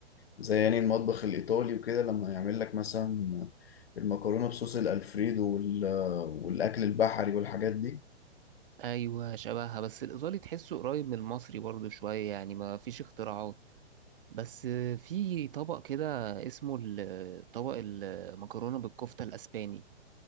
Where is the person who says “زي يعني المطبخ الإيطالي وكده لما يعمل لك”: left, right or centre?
Left